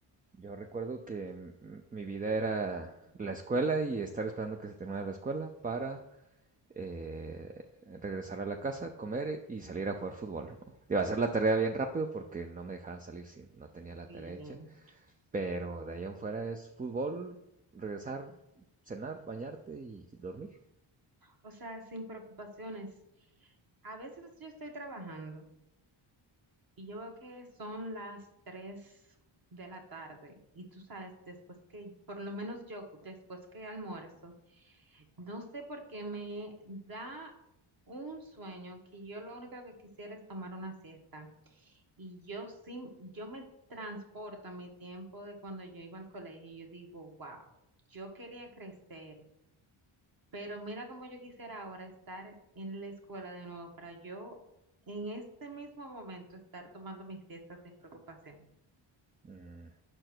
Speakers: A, on the right (about 20°); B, on the right (about 45°).
A: Yo recuerdo que m- mi vida era la escuela y estar esperando que se terminara la escuela para eh, regresar a la casa, comer y salir a jugar fútbol, ¿no? Iba a hacer la tarea bien rápido porque no me dejaban salir si no tenía la
B: Y,
A: tarea hecha, pero de allá en fuera es fútbol, regresar, cenar, bañarte y dormir.
B: o sea, sin preocupaciones. A veces yo estoy trabajando y yo veo que son las 3 de la tarde y tú sabes, después que, por lo menos yo, después que almuerzo, no sé por qué me da un sueño que yo lo único que quisiera es tomar una siesta. Y yo sí, yo me transporto a mi tiempo de cuando yo iba al colegio y yo digo, wow, yo quería crecer, pero mira cómo yo quisiera ahora estar en la escuela de nuevo para yo en este mismo momento estar tomando mis siestas sin preocupación.
A: Mm,